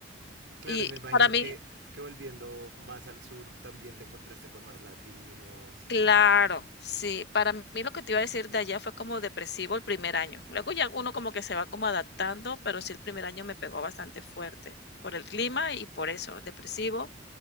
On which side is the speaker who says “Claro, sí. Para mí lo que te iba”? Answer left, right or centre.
Left